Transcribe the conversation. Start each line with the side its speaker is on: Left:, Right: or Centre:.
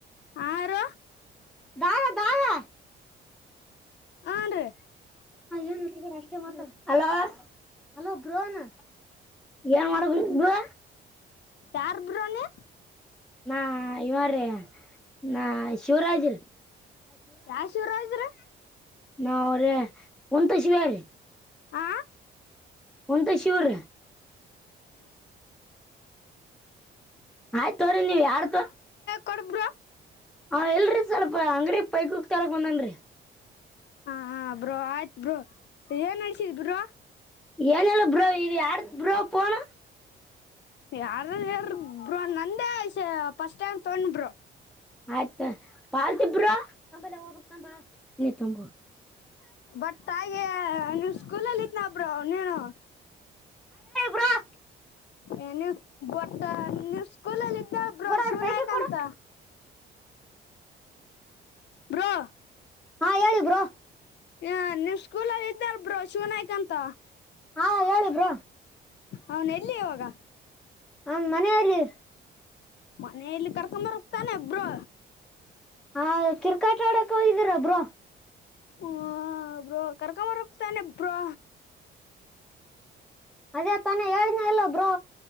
Left: ಆರು.
Centre: ದಾವ ದಾಯ.
Left: ಆನ್ಡ್ರಿ.
Centre: ಹ ಏನ್ ಒತ್ಬೇಡ ಅಷ್ಟೇ ಮಾತಾಡು. ಹಲೋ. ಹಲೋ ಬ್ರೋ ಅನ್ನು. ಏನ್ ಮಾಡಕುಂತ್ ಬ್ರೋ.
Left: ಯಾರ್ ಬ್ರೋನಿ.
Centre: ನಾ ಇವರ್ರೀ. ನಾ ಶಿವ್ರಾಜು.
Left: ಯಾ ಶಿವರಾಜ್ ರ್ರೀ.
Centre: ಹಾ ಅವ್ರೇ <inaudible>
Left: ಹಾ
Centre: <inaudible> ಶೂರ ಆಯ್ತ ತೊಗಿರಿ ನೀವ ಯಾರದ.
Left: ಕೂಡ ಬ್ರೋ.
Centre: ಹಾ ಎಲ್ರಿ ಸ್ವಲ್ಪ ಅಂಗಡಿ ಪೈಪ್ಸ್ ತಾರಕ ಬಂದನ್ರರಿ.
Left: ಹ ಹ ಬ್ರೋ ಆಯ್ತ್ ಬ್ರೋ. ಏನ್ ನಡೆಸಿದಿ ಬ್ರೋ.
Centre: ಏನಲ್ಲ ಬ್ರೋ ಇದು ಯಾರದ ಬ್ರೋ ಫೋನು.
Left: ಯಾರರ ಹೇಳಿರ ಬ್ರೋ ನಂದೇ ಫಸ್ಟ್ ಟೈಮ್ ತೊಗೊಂಡೆ ಬ್ರೋ.
Centre: ಆಯ್ತಾ ಪಾರ್ಟಿ ಬ್ರೋ ಹ ಬಾ ನೀ ತುಂಬ
Left: ಬಟ್ ಹಾಗೆ ನೀವ್ ಸ್ಕೂಲಲ್ಲಿ ಇದ್ನ ಬ್ರೋ ನೀನು
Centre: <unintelligible>
Left: ಏನು ಬಟ್ಟ ನೀ ಸ್ಕೂಲಲ್ಲಿ ಇದ್ದಲ್ಲ ಬ್ರೋ
Centre: ಕೊಡು ಅವ್ರ
Left: ಶಿವ
Centre: ಪೈಕಿ
Left: ನಾಯ್ಕ
Centre: ಕೊಡು
Left: ಅಂತ ಬ್ರೋ.
Centre: ಹಾ ಹೇಳಿ ಬ್ರೋ
Left: ಹ ನಿಮ್ಮ ಸ್ಕೂಲಲ್ಲಿ ಇದ್ದಲ್ಲ ಬ್ರೋ ಶಿವ ನಾಯಕ ಅಂತ.
Centre: ಹಾ ಹೇಳಿ ಬ್ರೋ.
Left: ಅವನ್ ಎಲ್ಲಿ ಇವಾಗ.
Centre: ಅವ್ನ ಮನೆಯಲ್ಲಿ.
Left: ಮನೆಯಲ್ಲಿ ಕರ್ಕೊಂಬರುಕಕ್ತಾನೆ ಬ್ರೋ.
Centre: ಹಾ ಕ್ರಿಕೆಟ್ ಆಡಕ್ ಹೋಗಿದ್ದೀರ ಬ್ರೋ.
Left: ಹ್ಮ ಬ್ರೋ ಕರ್ಕೊಂಡ್ ಬರೋಗತಾನೆ ಬ್ರೋ.
Centre: ಅದೇ ತಾನ ಹೇಳಿದ್ದನ್ಲ ಬ್ರೋ